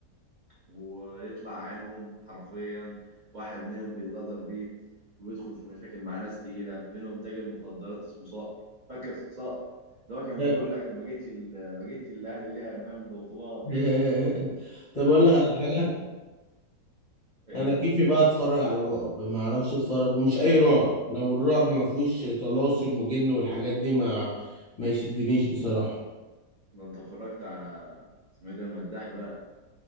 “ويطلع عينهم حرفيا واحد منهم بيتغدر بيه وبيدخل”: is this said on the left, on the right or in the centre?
Right